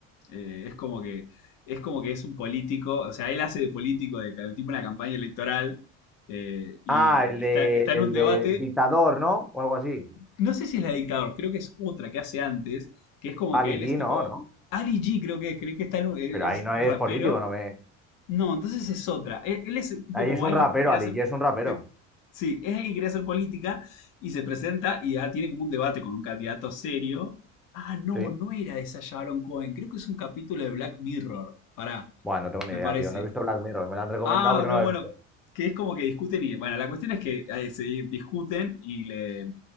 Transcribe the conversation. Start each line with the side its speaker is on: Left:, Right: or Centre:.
Left: eh, es como que es como que es un político, o sea, él hace de político, de ca- tipo una campaña electoral, eh, y
Centre: Ah, el
Left: está,
Centre: de,
Left: está en
Centre: el
Left: un debate
Centre: de dictador, ¿no? O algo así.
Left: No sé si es la de dictador, creo que es otra que hace antes, que es como
Centre: Ali
Left: que él
Centre: G,
Left: es tipo.
Centre: no, ¿no?
Left: Ali G, creo que es, creo que está en un- él-
Centre: Pero
Left: él
Centre: ahí
Left: es
Centre: no
Left: un
Centre: es
Left: rapero.
Centre: político, no me...
Left: No, entonces es otra. Él, él es tipo
Centre: Ahí
Left: como
Centre: es un
Left: alguien
Centre: rapero,
Left: que quiere
Centre: Ali
Left: hacer.
Centre: G es un rapero.
Left: Que, sí, es alguien que quiere hacer política y se presenta y ah, tiene como un debate con un candidato serio. Ah, no,
Centre: Sí.
Left: no era esa Sharon Cohen, creo que es un capítulo de Black Mirror. Pará,
Centre: Bueno, no tengo
Left: me
Centre: ni idea,
Left: parece.
Centre: tío. No he visto Black Mirror. Me lo han recomendado,
Left: Ah,
Centre: pero
Left: no,
Centre: no lo
Left: bueno,
Centre: he visto.
Left: que es como que discuten y, bueno, la cuestión es que eh, se di- discuten y le,